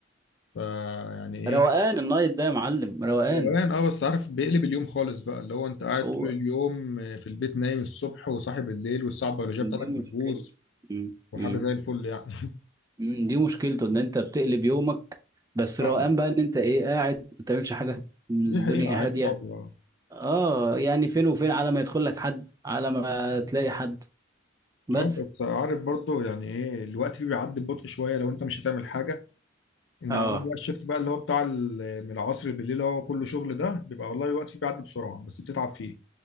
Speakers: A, on the left (about 65°); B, on the right (about 15°).
A: فيعني ايه
B: روقان النايت ده يا معلم روقان
A: روقان اه بس عارف بيقلب اليوم خالص بقى اللي هو انت قاعد
B: هو
A: طول اليوم في البيت نايم الصبح وصاحي بالليل والساعة البيولوجية بتاعتك
B: دي
A: بتبوظ
B: مشكلته امم
A: وحاجة
B: امم
A: زي الفل يعني <laughs>
B: امم. دي مشكلته ان انت بتقلب يومك بس
A: اه
B: روقان بقى ان انت ايه قاعد ما بتعملش حاجه الدنيا
A: دي حقيقة قاعد
B: هاديه
A: فاضي اه
B: اه يعني فين وفين على ما يدخل لك حد على ما تلاقي حد بس
A: اه بس عارف برضه يعني ايه الوقت فيه بيعدي ببطء شوية لو انت مش هتعمل حاجة انما
B: اه
A: هو بقى الشيفت بقى اللي هو بتاع ال- من العصر بالليل اللي هو كله شغل ده بيبقى والله الوقت فيه بيعدي بسرعه بس بتتعب فيه